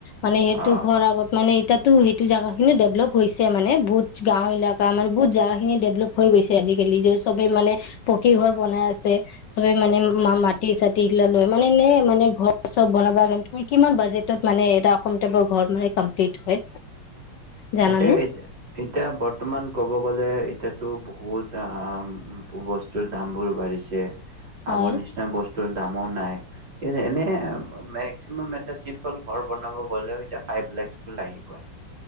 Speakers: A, on the left; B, on the right.
A: মানে সেইটো
B: অ
A: ঘৰ আগত মানে এই তা সেইটো জোগা খিনিও ডেভেলপ হৈছে মানে বহুত গাঁও এলেকা মানে বহুত জাগগা খিনি ডেভেললপ হৈ গৈছে আজিকালি য চবে মানে পকি ঘৰ বনাই আছে চবে মানে মাটি চাটি এইগিলা লৈ মানে এ মানে ঘৰ চব বনাব কিমান বাজেটত মানে এটা অসম টাইপ ঘৰ মানে কমপ্লিট হয়। জানানে
B: এতিয়া, এতিয়া বৰ্তমান ক'ব। 'কবগলে এতিয়াতো, বহুত বস্তুৰ দামবোৰ বাঢ়িছে।
A: হয়
B: আগৰ নিচিনা বস্তু। দামো নাই এনে মেক্সিমাম এ। চিম্পল ঘৰ বনাব গলেও এতিয়া ফাইভ লাখ লাগিব।